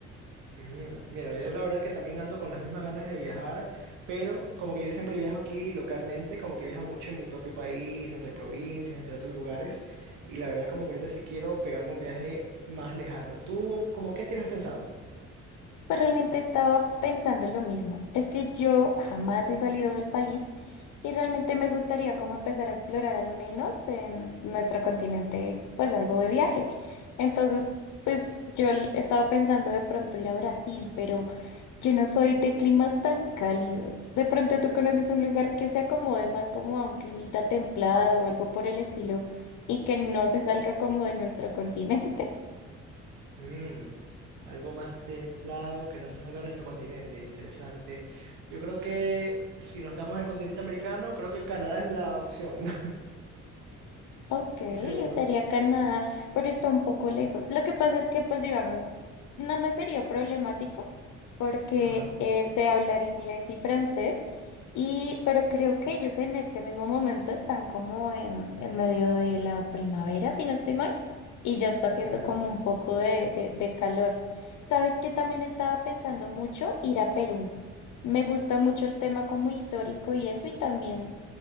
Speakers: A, on the right (about 80°); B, on the left (about 75°).
A: Mm, Mira, yo la verdad que también ando con las mismas ganas de viajar, pero como que yo siempre viajo aquí localmente, como que viajo mucho en mi propio país, entre provincias, entre otros lugares, y la verdad como que ahorita sí quiero pegarme un viaje más lejano. ¿Tú, como qué tienes pensado?
B: Pues realmente estaba pensando en lo mismo. Es que yo jamás he salido del país y realmente me gustaría como empezar a explorar al menos en nuestro continente, pues algo de viaje. Entonces, pues yo l- estaba pensando de pronto ir a Brasil, pero Yo no soy de climas tan cálidos. De pronto tú conoces un lugar que se acomode más como a un climita templado o algo por el estilo y que no se salga como de nuestro <laughs> continente.
A: Mm, algo más templado, que no se salga de nuestro continente, interesante. Yo creo que si nos quedamos en el continente americano, creo que Canadá es la opción, <laughs> no
B: Ok,
A: estoy seguro.
B: sería Canadá, pero está un poco lejos. Lo que pasa es que, pues digamos, no me sería problemático porque
A: Ajá.
B: eh, sé hablar inglés y francés, y, pero creo que ellos en este mismo momento están como en, en medio de la primavera, si no estoy mal, y ya está
A: Ah,
B: haciendo
A: ya.
B: como un poco de, de, de calor. ¿Sabes que También estaba pensando mucho ir a Perú. Me gusta mucho el tema como histórico y eso, y también